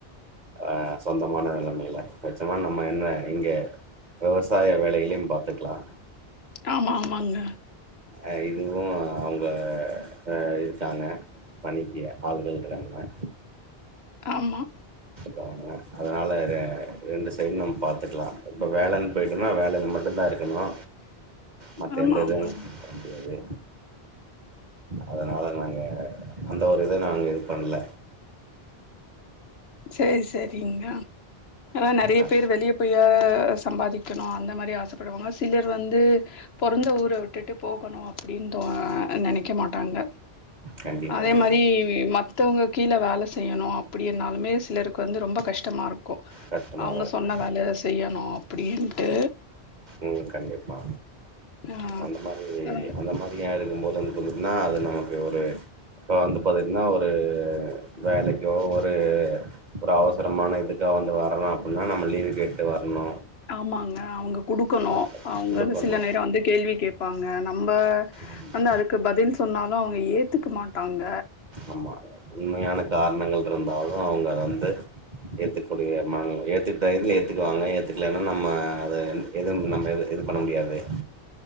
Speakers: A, on the right (about 45°); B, on the left (about 75°).
A: ஆ சொந்தமான நெலமைல வெச்சம்னா நம்ம என்ன இங்க விவசாய வேலகளையும் பாத்துக்கலா
B: ஆமா ஆமாங்க
A: அ இதுவு அவுங்க ஆ இருக்காங்க பணிக்கி ஆள்கள் இருகாங்க
B: ஆமா
A: பாங்க அதுனால ரெ ரெண்டு சைடு நம் பாத்துக்லா இப்போ வேலன் போய்டனா வேலைல மட்டுந்தா இருக்கணு மத்த
B: ஆமா
A: எந்த இதுவு
B: ஆமாங்க
A: <inaudible> முடியாது அதுனால நாங்க அந்த ஒரு இத நாங்க இது பண்ல
B: சேரி சேரிங்க ஆனா நெறைய
A: அ
B: பேர் வெளிய போய சம்பாதிக் வைக்கணு அந்த மாரி ஆசப்படுவாங்க சிலர் வந்து பெறந்த ஊர விட்டுட்டு போகணு அப்டின்னு தோ நெனைக்க மாட்டாங்க
A: கண்டிப்பாங்க
B: அதே மாரி மத்தவங்க கீழ வேல செய் செய்யணு அப்டியனாலுமே சிலருக்கு வந்து ரொம்ப கஷ்டமாருக் க்கு
A: கஷ்டமாதா
B: அவங்க
A: இருக்கு
B: சொன்ன வேல செய்யணு அப்டின்டு ட்டு
A: உம் கண்டிப்பா
B: ஆ
A: அந்த மாரி
B: ஆ
A: அந்த மாரி யாருக் பும் போது வந்து <unintelligible> அது நமக்கு ஒரு இப்போ வந்து பாதீங்கன்னா ஒரு வேலைக்கோ ஒரு ஒரு அவசரமான இதுக்கோ வந்து வரணும் அப்டின்னா நமா லீவு கேட்டு வரணு
B: ஆமாங்க அவங்கப் குடுக்கணு
A: அத
B: அவங்க
A: குடுக்கணு
B: சில நேரோ வந்து கேள்வி கேப் ப்பாங்க நம்ம
A: ஆமா
B: வந்து அதுக்கு பதில் சொன்னாலு அவங்க ஏத்துக்க மாட்டாங்க
A: ஆமா உண்மையான காரணங்கள் இருந்தாலு அவங்க வந்து ஏத்துக்கூடிய மனநில ஏத்து இதுல ஏத்துக்குவாங்க ஏத்துக்கலன்னா நம்ம எத எது நம்ம எது இது பண்ண முடியாது ம்ச்